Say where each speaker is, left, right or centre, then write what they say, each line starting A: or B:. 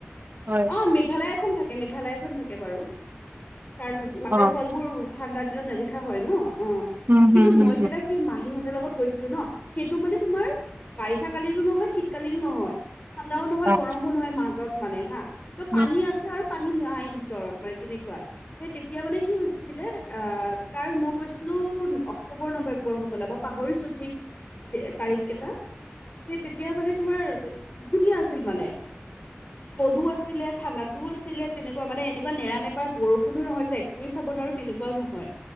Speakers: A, on the right; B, on the left.
A: হয়।
B: অ মেঘালয় এখন থাকে। মেঘালয় খন। কে বাৰু, তাৰ ৱাতাৰফল
A: অ',
B: বোৰ ঠাণ্ডাত। নেদেখা হয় নহ। অ
A: উম,
B: কিন্তু
A: হুম, হুম,
B: মই যেতিয়া সেই মাহীহঁতৰ লগত গৈছিলোঁ নহ সেইটো মানে তোমাৰ। পাই। কালিতো নহয় শিতকালিতো নহয় ঠাণ্ডাও
A: হুম,
B: নহয়। <unintelligible> নহয় মাজত মানে হা ত
A: এই
B: পানী আছে আৰু পানী। <unintelligible> মানে তেনেকুৱা সেই তেতিয়া মানে কি হৈছিলে অ। কাৰণ মই গৈছিলোঁ অক্টোবৰ নব। বোৰ হবলা মই পাহৰিছোঁ ঠিক। তাৰিখ কেইটা সেই তেতিয়া মানে তোমাৰ। ধুনীয়া আছিল মানে। মধু আছিলে। ঠাণ্ডাতো আছিলে তেনেকুৱা মানে এনেকুৱা নেৰা নেপৰা বৰষুণো নহয় যে একোৱে চাব নোৱাৰো তেনেুৱাও নহয়।